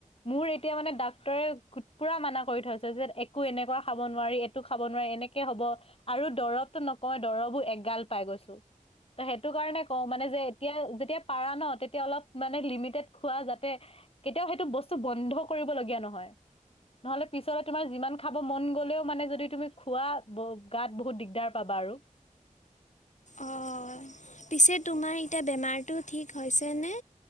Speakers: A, on the left (about 45°); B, on the left (about 60°).
A: মোৰ এতিয়া মানে ডাক্তৰে পুৰা মানা কৰি থৈছে যে। একো এনেকুৱা খাব নোৱাৰি এইটো খাব নোৱি এনেকে হ'ব। আৰু দৰৱতটো নকয় দৰৱো এগাল পাই গৈছো। সেইটো কাৰণে কওঁ মানে যে এতিয়া যেতিয়া পাৰা ন তেতিয়া অলপ লিমিটেড খোৱা যাতে। কেতিয়াও সেইটো বস্তু বন্ধ কৰিবলগীয়া নহয়, নহলে পিছলে তোমাৰ যিমান- খাব মন গ'লেও মানে যদি তুমি খোৱা গাত বহুত দিগদাৰ পাবা আৰু।
B: অঁ পিছে তোমাৰ এতিয়া বেমাৰটো ঠিক হৈছেনে।